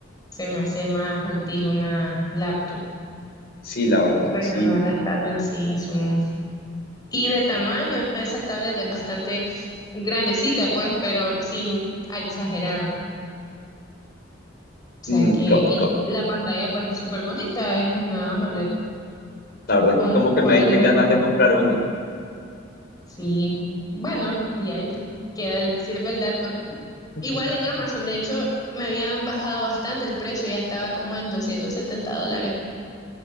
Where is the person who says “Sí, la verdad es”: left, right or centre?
Left